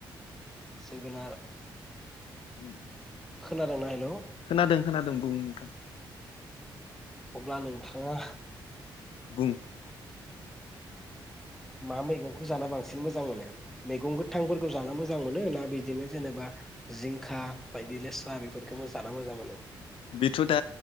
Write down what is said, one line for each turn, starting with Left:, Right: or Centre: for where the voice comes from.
Centre: जोगोनार।
Left: उम
Centre: खोनादोंना हेलौ
Left: खोनादों-खोनादों बुं नोंथां।
Centre: अब्ला नोंथाङा।
Left: बुं।
Centre: मा मैगंखौ जा बांसिन मोजां मोनो मैगं गोथांफोरखौ जाना मोजां मोनो ना बिदिनो जेनेबा जिंखा बायदि लेस्रा बेफोरखौबो जाना मोजां मोनो?
Left: बेथ दा